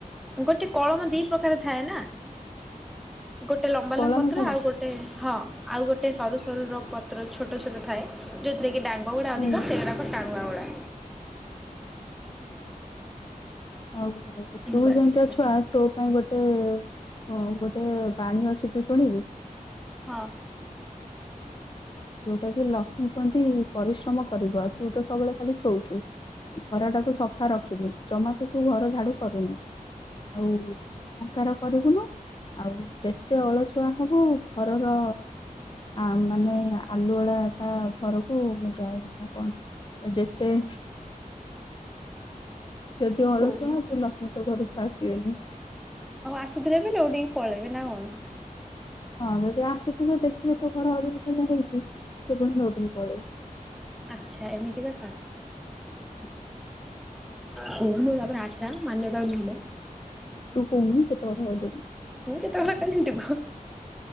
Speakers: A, in the centre; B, on the left.
A: ଗୋଟେ କଳମ ଦି ପ୍ରକାର ଥାଏ ନା ଗୋଟେ ଲମ୍ବା
B: କଳମ
A: ଲମ୍ବା ପତ୍ର
B: ଶାଗ
A: ଆଉ ଗୋ ଟେ ହଁ ଆଉ ଗୋଟେ ସରୁ ସରୁର ପତ୍ର ଛୋଟ ଛୋଟ ଥାଏ। ଯୋଉଥିରେ କି ଡାଙ୍ଗ ଗୁଡା
B: ହୁଁ
A: ଅଧିକ ସେଇରାକ ଟାଣୁଆ ଗୁଡା।
B: ଆଉ ତୁ
A: ବାଜ୍ୟ
B: ଯେମିତିଆ ଛୁଆ ତୋ ପାଇଁ ଗୋଟେ ହଁ ଗୋଟେ ବାଣୀ ଅଛି ତୁ ଶୁଣିବୁ?
A: ହଁ।
B: ଯୋଉଟା କି ଲକ୍ଷ୍ମୀ କୁହନ୍ତି ପରିଶ୍ରମ କରିବୁ ଆ ତୁ ତ ସବୁବେଳେ ଖାଲି ଶୋଉଛୁ। ଘର ଟାକୁ ସଫା ରଖିବୁ, ଜମା ତ ତୁ ଘର ଝାଡୁ କରୁନୁ। ଆଉ ଅଙ୍କାର କରିବୁନୁ। ଆଉ ଯେତେ ଅଳସୁଆ ହବୁ ଘରର ଆ ମାନେ ଆଲୁ ବାଳା ତା ଘରକୁ ମୁଁ ଯାଏନି ନା କଣ ଯେତେ ଯଦି ଅଳସୁଆ
A: କହୁନି
B: ହବୁ
A: ତୁ
B: ଲକ୍ଷ୍ମୀ ତୋ ଘରକୁ ଆସିବେନି।
A: ଆଉ ଆସୁଥିଲେ ବି ଲଉ ଟିକି ପଳେଇବେ ନା କଣ?
B: ହଁ ଯଦି ଆସୁଥିବେ ଦେଖିବେ ତୋ ଘର ଅଳିଆ ଫଳିଆ ହେଇଛି ସେ ପୁଣି ନୋଉଟିକି ପଳେଇବେ।
A: ଆଚ୍ଛା ଏମିତି କଥା।
B: <inaudible>
A: ହୋଉଲୋ ତାପରେ ଆଠଟା ମାନ୍ୟତା ନିୟମ।
B: ତୁ କହୁନୁ କେତେ କଥା କହିଲିଣି।
A: ମୁ କେତେ କଥା କହି ଲିଣୀ ତାକୁ।